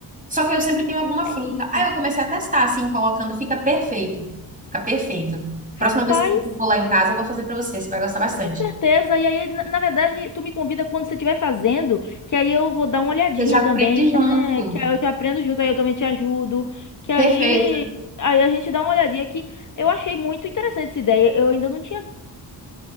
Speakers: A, on the right; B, on the left.
A: Só que eu sempre tenho alguma fruta.
B: É isso.
A: Aí eu comecei a testar, assim, colocando, fica perfeito. Fica perfeito. Próxima
B: Rapaz,
A: vez que você for lá em casa, eu vou fazer pra você, você vai gostar bastante.
B: Com certeza. E aí, na na verdade, tu me convida quando você estiver fazendo, que aí eu vou dar uma olhadinha
A: Você já aprende
B: também, né?
A: junto.
B: Que aí eu te aprendo junto, aí eu também te ajudo. Que aí,
A: Perfeito.
B: aí a gente dá uma olhadinha que eu achei muito interessante essa ideia. Eu ainda não tinha